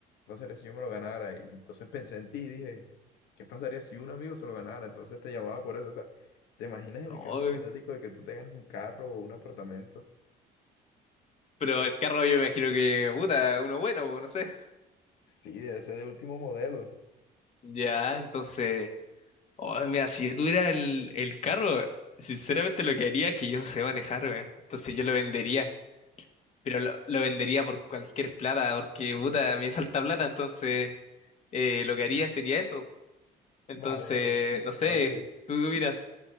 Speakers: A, on the left; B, on the left.
A: pasaría si yo me lo ganara? Y entonces pensé en ti y dije, ¿qué pasaría si un amigo se lo ganara? Entonces te llamaba por eso, o sea, ¿te imaginas en
B: Ay,
A: el caso hipotético de que tú te ganes un carro o un apartamento?
B: pero el carro yo me imagino que, puta, uno bueno, pues, no sé.
A: Sí, debe ser de último modelo.
B: Ya, entonces... Ay, mira, si yo tuviera el, el carro, sinceramente lo que haría es que yo no sé manejar, weón. Entonces yo lo vendería. Pero lo, lo vendería por cualquier plata, porque, puta, me falta plata, entonces eh, lo que haría sería eso. Entonces,
A: Vale, vale.
B: no sé,
A: Ok.
B: tú qué opinas,